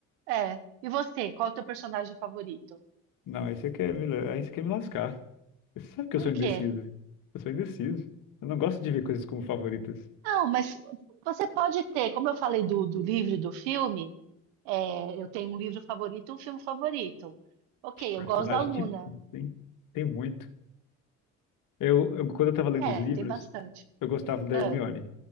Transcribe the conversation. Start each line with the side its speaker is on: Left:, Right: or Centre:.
Right: é, e você, qual é o teu personagem favorito?
Left: Não, aí você quer me, la- aí você quer me lascar. Você sabe que
Right: Por
Left: eu sou indeciso.
Right: quê?
Left: Eu sou indeciso. Eu não gosto de ver coisas como favoritas.
Right: Não, mas você pode ter, como eu falei do, do livro e do filme, é, eu tenho um livro favorito e um filme favorito. Ok,
Left: Que personagem
Right: eu gosto da Luna.
Left: difícil, hein? Tem muito. Eu, eu- quando eu tava lendo
Right: É,
Left: os livros,
Right: tem bastante.
Left: eu gostava da
Right: Ah,
Left: Hermione.